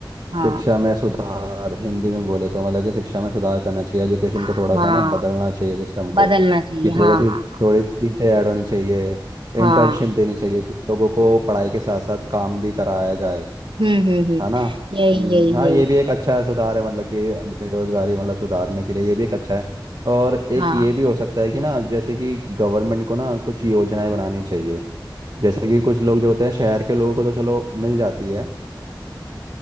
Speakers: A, on the right (about 85°); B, on the right (about 55°).
A: हाँ
B: शिक्षा में सुधार हिंदी में बोले तो मतलब कि शिक्षा में सुधार करना चाहिए एजुकेशन को
A: हाँ
B: थोड़ा सा ना बदलना चाहिए सिस्टम को
A: बदलना चाहिए
B: कि थोड़ी
A: हाँ
B: सी
A: हाँ
B: थोड़ी चीज़ें ऐड होनी चाहिए
A: हाँ
B: इंटर्नशिप देनी चाहिए कि लोगों को पढ़ाई के साथ साथ काम भी कराया जाए
A: हम्म हम्म हम्म
B: है ना
A: यही
B: हम्म,
A: यही
B: हाँ
A: यही
B: ये भी एक अच्छा सुधार है मतलब कि बेरोजगारी मतलब सुधारने के लिए ये भी एक अच्छा है और एक
A: हाँ
B: ये भी हो सकता है कि ना जैसे कि गवर्नमेंट को ना कुछ योजनाएं बनानी चाहिए जैसे कि कुछ लोग जो होते हैं शहर के लोगों को तो चलो मिल जाती है